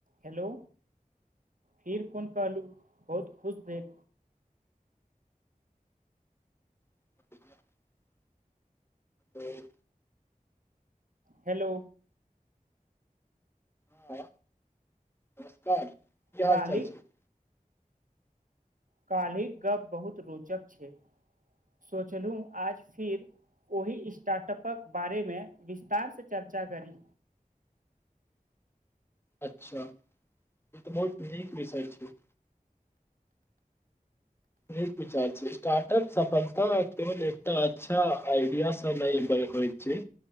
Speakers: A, on the right; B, on the left.
A: Hello, फिर phone कहलहुँ, बहुत खुश भेल।
B: <inaudible> ह।
A: हेलो।
B: हां, नमस्कार कि हाल-चाल
A: काल्हि
B: छै।
A: काल्हिक गप्प बहुत रोचक छै, सोचलू आज फिर। ओहि स्टार्टअपक बारे में विस्तार से चर्चा करी।
B: अच्छा ई तऽ बहुत नीक विषय छै। पुछा, स्टार्टअप सफलता केवल एकटा अच्छा आइडिया से न होयत। छै,